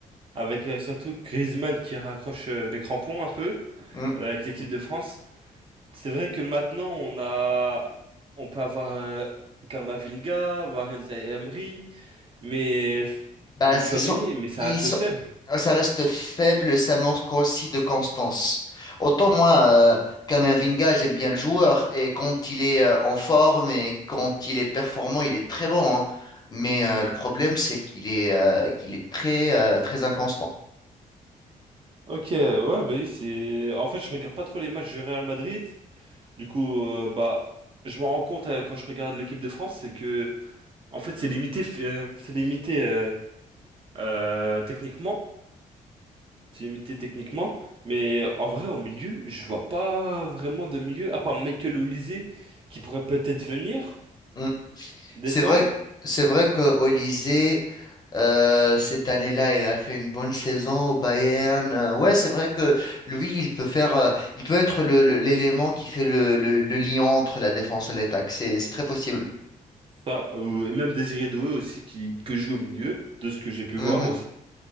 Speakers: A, on the right; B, on the left.
A: Avec euh, surtout Griezmann qui raccroche euh, les crampons un peu
B: Hmm.
A: euh, avec l'équipe de France. C'est vrai que maintenant on a, on peut avoir euh, Camavinga, Warren Zaïre Emery, mais
B: Bah,
A: même Tchouaméni,
B: ils sont,
A: mais ça
B: ils
A: reste
B: sont,
A: faible.
B: ah, ça reste faible, ça manque aussi de constance. Autant moi, euh, Kamavinga, j'aime bien le joueur et quand il est euh, en forme et quand il est performant, il est très bon, hein. Mais euh, le problème, c'est qu'il est, euh, qu'il est très, euh, très inconstant.
A: Ok, ouais, bah oui, c'est. En fait, je regarde pas trop les matchs du Real Madrid. Du coup, euh, bah, je m'en rends compte euh, quand je regarde l'équipe de France, c'est que, en fait, c'est limité, f- euh, c'est limité euh, euh, techniquement, c'est limité techniquement. Mais en vrai, au milieu, je vois pas vraiment de milieu, à part Michael Olise qui pourrait peut-être venir
B: Mm.
A: descendre,
B: C'est vrai, c'est vrai que Olise Euh, cette année-là, il a fait une bonne saison au Bayern. Euh, ouais, c'est vrai que lui, il peut faire, euh, il peut être le- le- l'élément qui fait le, le- le lien entre la défense et l'attaque. C'est, c'est très possible.
A: ça, ou et même Désiré Doué aussi qui que joue au milieu, de ce que j'ai pu
B: Mhm.
A: voir aussi.